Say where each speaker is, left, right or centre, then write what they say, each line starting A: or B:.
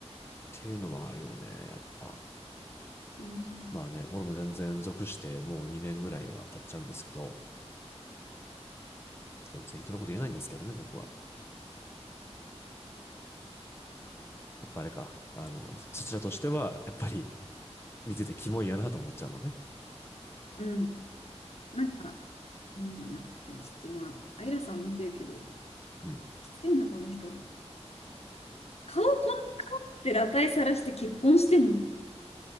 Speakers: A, on the left; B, on the left.
A: ていうのはあるよね、やっぱ。
B: うん。
A: まあね、俺も全然属してもう2年ぐらいは経っちゃうんですけど、全然人のこと言えないんですけどね、僕は。やっぱあれか。あの、そちらとしては、やっぱり見ててキモいやなと思っちゃうのね。
B: うん。なんか、うん、あこれちょっと今、アイラさん見てるけど、
A: うん。
B: きついな、この人。顔こんな可愛くて裸体さらして結婚してんの